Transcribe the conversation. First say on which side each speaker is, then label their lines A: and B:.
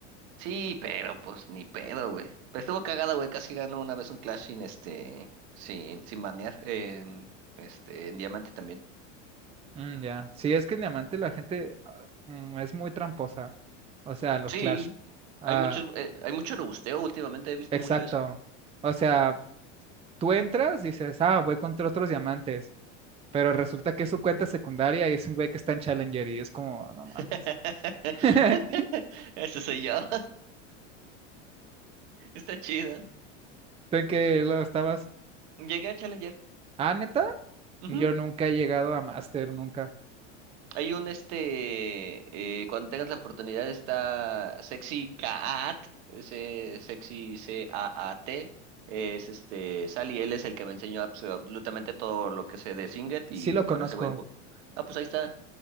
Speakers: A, on the right; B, on the right.
A: Sí, pero pues ni pedo, güey. Pero estuvo cagada, güey, casi ganó una vez un Clash sin este sin sin banear en este en Diamante también.
B: Mm, ya. Sí, es que en Diamante la gente ah, mm, es muy tramposa. O sea, los
A: Sí.
B: Clash. Ah,
A: Hay muchos, eh, hay mucho lo busteo últimamente, he visto
B: exacto.
A: mucho eso.
B: O sea, tú entras, dices, ah, voy contra otros diamantes. Pero resulta que es su cuenta secundaria y es un güey que está en Challenger y es como, no mames.
A: <laughs>
B: <laughs>
A: Ese soy yo. <laughs> Está chido.
B: ¿Tú en qué lo estabas?
A: Llegué a Challenger.
B: Ah, neta.
A: Ujú.
B: Yo nunca he llegado a Master, nunca.
A: Hay un este, eh, cuando tengas la oportunidad está Sexy Cat, ese Sexy C-A-A-T, es este, Sally, él es el que me enseñó absolutamente todo lo que sé de Singet y
B: Sí lo
A: con
B: conozco.
A: ese güey, ju- ah, pues ahí está,